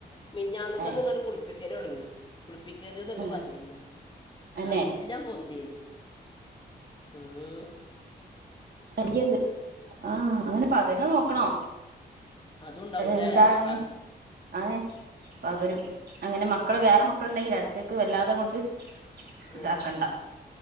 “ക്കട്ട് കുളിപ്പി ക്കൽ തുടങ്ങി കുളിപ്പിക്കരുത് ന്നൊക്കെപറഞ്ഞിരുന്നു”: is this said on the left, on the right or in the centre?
Left